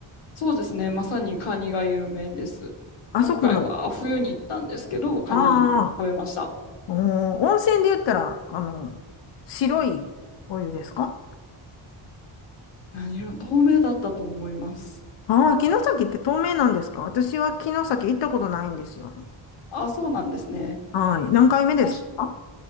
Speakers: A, on the left; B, on the left.
A: そうですね。まさにカニが有名です。
B: あそこの、
A: 今回は冬に行ったんですけど、カニ食べました。
B: ああ、おー温泉で言ったら、あの、白いお湯ですか
A: 何色、透明だったと思います。
B: ああ、城崎って透明なんですか私は城崎行ったことないんですよね。
A: あ、そうなんですね。
B: はい。何回目ですかあ
A: 確